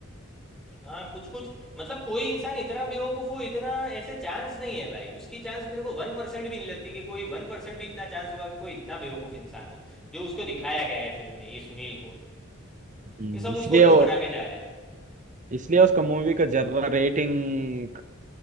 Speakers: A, in the centre; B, on the right.
A: हाँ कुछ कुछ मतलब कोई इंसान इतना बेवकूफ हो इतना ऐसे चांस नहीं है भाई उसकी चांस मेरे को वन परसेंट भी नहीं लगती कि कोई वन परसेंट भी इतना चांस होगा कि कोई इतना बेवकूफ इंसान हो जो उसको दिखाया गया है फिल्म में ये सुनील को
B: हम्म,
A: कि सब
B: इसलिए
A: उसको उल्लू
B: वो
A: बना के जा रहे हैं
B: इसलिए उसका मूवी का जरा रेटिंग